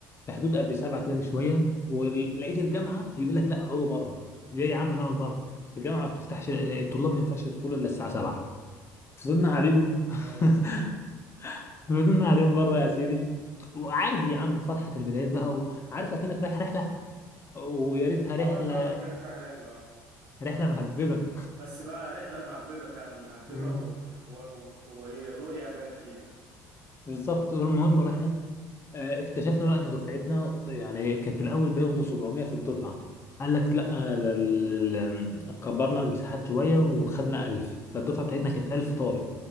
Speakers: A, on the left; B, on the right.
A: في حدود قبل 7 كده بشويه ولقيت الجامعه يقول لك لا اقعدوا بره ليه يا عم نقعد بره الجامعه ما بتفتحش الطلاب ما ينفعش يدخلوا الا الساعه 7 فضلنا قاعدين
B: يا نهار
A: <laughs>
B: اسود
A: فضلنا قاعدين بره يا سيدي وعادي يا عم فرحة البدايات بقى وعارف اكنك رايح رحلة ويا ريتها رحلة
B: اه طبعا كأنك رايح رحلة اه
A: رحلة مهببة
B: بس بقى رحلة مهببة فعلا مهببة
A: <laughs> مم.
B: و... و... و... وإيه الرؤية باب فيها
A: بالظبط المهم رحنا آه، اكتشفنا بقى ان دفعتنا يعني كانت الاول بياخدوا 700 في الدفعه قال لك لا ده ال- كبرنا المساحات شويه وخدنا 1000 فالدفعه بتاعتنا كانت 1000 طالب